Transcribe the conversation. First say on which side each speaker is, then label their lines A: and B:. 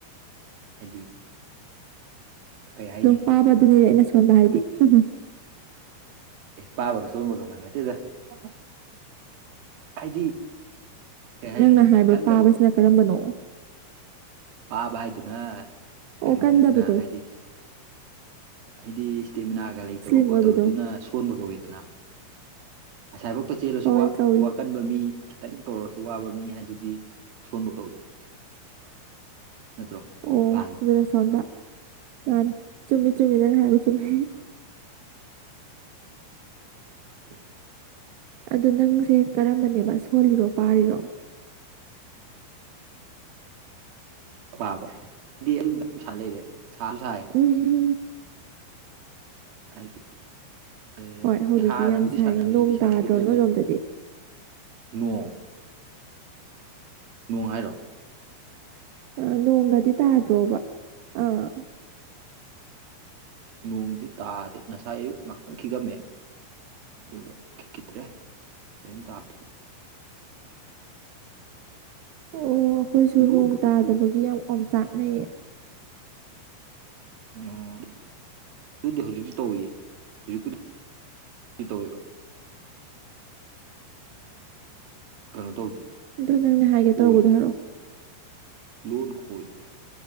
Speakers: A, on the right (about 55°); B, on the right (about 70°).
A: ꯍꯥꯏꯗꯤ ꯀꯩ ꯍꯥꯏꯅꯤ
B: ꯄꯥꯕ ꯑꯗꯨꯗꯤ ꯑꯩꯅ ꯁꯣꯟꯕ ꯍꯥꯏꯗꯤ ꯎ
A: ꯑꯦ ꯄꯥꯕꯒ ꯁꯣꯟꯕꯒ ꯃꯥꯟꯅꯠꯇꯦꯗ
B: ꯑ
A: ꯍꯥꯏꯗꯤ ꯀꯩ ꯍꯥꯏꯅꯤ
B: ꯅꯪꯅ ꯍꯥꯏꯕ
A: ꯀꯟꯗꯕ
B: ꯄꯥꯕꯁꯤꯅ ꯀꯔꯝꯕꯅꯣ
A: ꯄꯥꯕ ꯍꯥꯏꯗꯨꯅ
B: ꯑꯣ
A: ꯀꯩꯅꯣꯅꯤꯗꯅ
B: ꯀꯟꯗꯕꯗꯣ
A: ꯍꯥꯏꯗꯤ ꯍꯥꯏꯗꯤ ꯏꯁꯇꯦꯃꯤꯅꯥꯒ ꯂꯩꯇꯕ
B: ꯁ꯭ꯂꯤꯝ
A: ꯈꯣꯠꯇꯕꯗꯨꯅ
B: ꯑꯣꯏꯕꯗꯣ
A: ꯁꯣꯟꯕ ꯀꯧꯋꯦꯗꯅ ꯉꯁꯥꯏꯐꯥꯎꯛꯇ ꯆꯦꯜꯂꯁꯨ
B: ꯍꯋꯥꯏ ꯀꯧꯏ
A: ꯋꯥꯀꯟꯕ ꯃꯤ ꯈꯤꯇꯪ ꯇꯧꯔꯁꯨ ꯋꯥꯕ ꯃꯤ ꯍꯥꯏꯗꯨꯗꯤ ꯁꯣꯟꯕ ꯀꯧꯏ ꯅꯠꯇ꯭ꯔꯣ
B: ꯑꯣ
A: ꯂꯥꯟꯕ꯭ꯔꯣ
B: ꯑꯗꯨꯅ ꯁꯣꯟꯕ ꯃꯥꯅꯤ ꯆꯨꯝꯃꯤ ꯆꯨꯝꯃꯤꯗꯅ ꯍꯥꯏꯕ ꯆꯨꯝꯃꯤ
A: ꯍꯣꯏ ꯇꯗ
B: ꯑꯗꯨ ꯅꯪꯁꯦ ꯀꯔꯝꯕꯅꯦꯕ ꯁꯣꯜꯂꯤꯔꯣ ꯄꯥꯔꯤꯔꯣ
A: ꯄꯥꯕ ꯗꯤ <inaudible> ꯂꯩꯔꯦ ꯁꯥꯁꯨ ꯁꯥꯏ
B: ꯎꯝ ꯎꯝ
A: ꯍꯥꯏꯗꯤ ꯑꯦ
B: ꯍꯣꯏ
A: ꯑꯩ
B: ꯍꯧꯖꯤꯛꯇꯤ
A: ꯍꯥꯟꯅꯕꯨꯗꯤ
B: ꯌꯥꯝ ꯁꯥꯏ
A: ꯁꯥꯟꯅꯔꯦ ꯍꯧꯖꯤꯛꯇꯤ
B: ꯅꯣꯡ
A: ꯁꯥꯟꯅꯈꯤꯗ꯭ꯔꯦꯕ
B: ꯇꯥꯗ꯭ꯔꯣ ꯅꯣꯏꯔꯣꯝꯗꯗꯤ
A: ꯑꯩ ꯅꯣꯡ ꯅꯣꯡ ꯍꯥꯏꯔꯣ
B: ꯑꯥ ꯅꯣꯡꯒꯗꯤ ꯇꯥꯗ꯭ꯔꯣꯕ ꯑꯥ
A: ꯅꯣꯡꯗꯤ ꯇꯥꯗꯦ ꯉꯁꯥꯏ ꯑꯌꯨꯛ ꯉꯥꯛꯇꯪ ꯈꯤꯒꯝꯃꯦ ꯑꯗꯨꯒ ꯈꯤꯠꯀꯤꯗ꯭ꯔꯦ ꯀꯔꯤꯝ ꯇꯥꯗ꯭ꯔꯦ
B: ꯑꯣ ꯑꯩꯈꯣꯏꯁꯨ
A: ꯂꯣꯟ
B: ꯅꯣꯡ ꯇꯥꯗꯕꯒꯤ
A: ꯈꯣ
B: ꯌꯥꯝ ꯑꯝ ꯆꯥꯛꯅꯩꯌꯦ
A: ꯎꯝ ꯑꯗꯨꯗꯤ ꯍꯧꯖꯤꯛꯇꯤ ꯇꯧꯏ ꯍꯧꯖꯤꯛꯄꯨꯗꯤ ꯇꯧꯋꯦꯕ ꯀꯩꯅꯣ ꯇꯧꯗꯦ
B: ꯑꯗꯣ ꯅꯪꯅ ꯍꯥꯏꯒꯦ
A: ꯈꯣꯏꯗꯦ
B: ꯇꯧꯕꯗꯣ ꯍꯥꯏꯔꯛꯑꯣ
A: ꯂꯣꯟ ꯈꯣꯏꯗꯦ ꯍꯥꯢꯕ